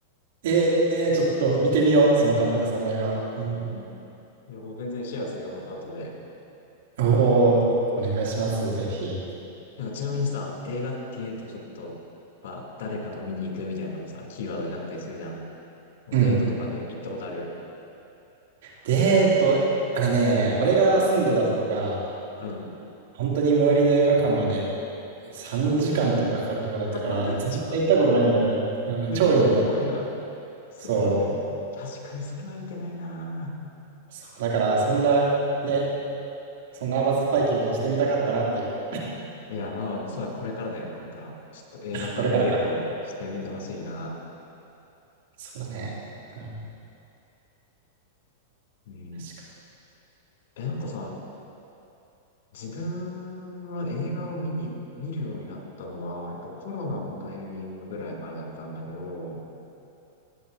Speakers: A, on the right; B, on the left.
A: えーえーちょっと見てみよう、その監督さんの映画。うん。
B: うん。いや、もう全然シェアするよ、また後で。
A: おおお願いします、ぜひ。
B: なんかちなみにさ、映画って言うとちょっと、まあ、誰かと見に行くみたいなのもさ、キーワードになったりするじゃん。もうデートとかで行ったことある
A: うん。で、えっと、あれね、俺が住んでたとこが、
B: うん。
A: 本当に最寄りの映画館まで3時間とかかかるとこだったから、
B: <laughs> めっちゃ遠い。
A: 全然行ったことないんだよね。うん、
B: めっちゃ遠いな。
A: 超田舎。
B: そうだね。
A: そ
B: 確かにそれはいけないな。
A: う。そう、だから、そんな、ね、そんな甘酸っぱい経験してみたかったなっていう。
B: いや、まだまだ、そうだ、これからだよ、これから。ちょっと映画館デートしてみてほしいな。
A: これからか。そうだね。うん、確
B: うん。
A: かに。
B: え、なんかさ、自分は映画を見に、見るようになったのが、やっぱコロナのタイミングぐらいからだったんだけど、